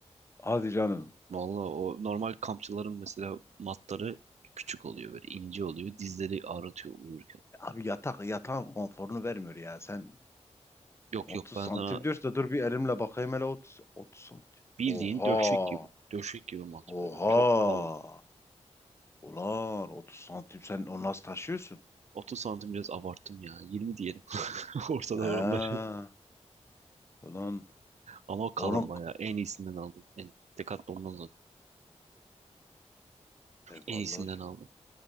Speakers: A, on the left; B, on the right.
A: Hadi canım.
B: Vallahi o normal kampçıların mesela matları küçük oluyor böyle ince oluyor. Dizleri ağrıtıyor uyurken.
A: Abi yatak yatağın konforunu vermiyor ya. Sen
B: Yok
A: 30
B: yok ben
A: santim
B: sana
A: diyorsun da dur bir elimle bakayım hele 30 30 santim.
B: bildiğin
A: Oha!
B: döşek gibi. Döşek gibi mat
A: Oha!
B: böyle. Çok kalın.
A: Ulan 30 santim sen onu nasıl taşıyorsun?
B: 30 santim biraz abarttım ya. 20 diyelim. <laughs> Ortada
A: Ha,
B: oralar.
A: ulan
B: Ama kalın
A: onu
B: bayağı. En iyisinden aldım. En, Decathlon'dan zaten.
A: e vallahi
B: En iyisinden aldım.